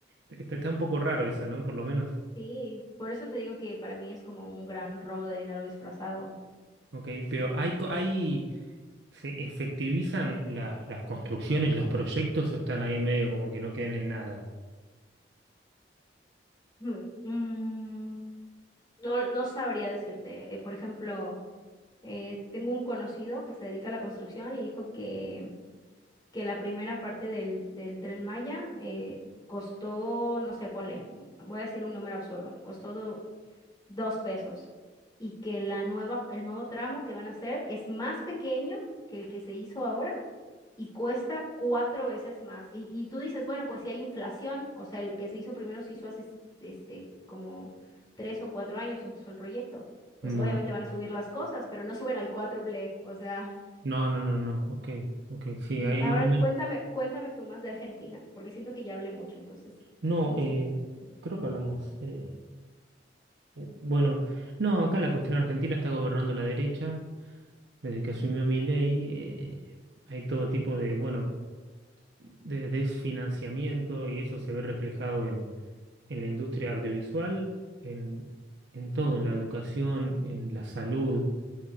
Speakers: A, on the right; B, on the left.
A: Está, está un poco raro eso, ¿no? Por lo menos.
B: Sí, por eso te digo que para mí es como un gran robo de dinero disfrazado.
A: Ok, pero ¿hay, co- hay, se efectivizan las, las construcciones, los proyectos o están ahí medio como que no quedan en nada?
B: Mm, mm, no, no sabría decirte. Eh, por ejemplo, eh, tengo un conocido que se dedica a la construcción y dijo que que la primera parte del, del Tren Maya eh, costó, no sé, ponle, voy a decir un número absurdo, costó do- dos pesos y que la nueva, el nuevo tramo que van a hacer es más pequeño que el que se hizo ahora y cuesta cuatro veces más. Y, y tú dices, bueno, pues si hay inflación, o sea, el que se hizo primero se hizo hace este, como tres o cuatro años empezó el proyecto. Pues
A: Bueno.
B: obviamente van a subir las cosas, pero no suben al cuádruple, o sea.
A: No, no, no, no. Ok, ok. Sí,
B: Y
A: hay,
B: ahora
A: ma- hay
B: cuéntame,
A: ma-
B: cuéntame tú más de Argentina, porque siento que ya hablé mucho, entonces,
A: No,
B: ¿cómo está?
A: eh, creo que hablamos. eh, eh, bueno, no, acá la cuestión argentina está gobernando la derecha. Desde que asumió Milei, eh, hay todo tipo de, bueno, de desfinanciamiento y eso se ve reflejado en, en la industria audiovisual, en, en todo, en la educación, en la salud.